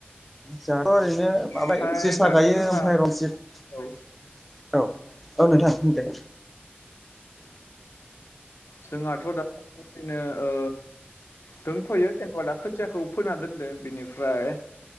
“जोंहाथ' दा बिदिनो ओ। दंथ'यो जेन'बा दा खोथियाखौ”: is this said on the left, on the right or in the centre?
Left